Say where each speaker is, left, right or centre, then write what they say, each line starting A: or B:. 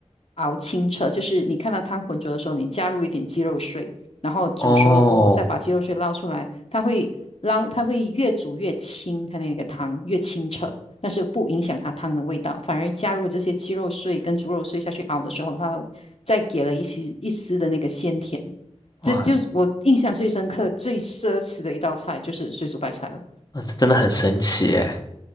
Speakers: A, on the left; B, on the left.
A: 熬清澈。就是你看到汤浑浊的时候，你加入一点鸡肉碎，然后煮熟了过后，
B: 哦，
A: 再把鸡肉碎捞出来，它会捞，它会越煮越清，它那个汤越清澈。但是不影响它汤的味道，反而加入这些鸡肉碎跟猪肉碎下去熬的时候，它再给了一丝一丝的那个鲜甜。
B: 哇，
A: 这就是我印象最深刻、最奢侈的一道菜，就是水煮白菜了。
B: 嗯这真的很神奇耶！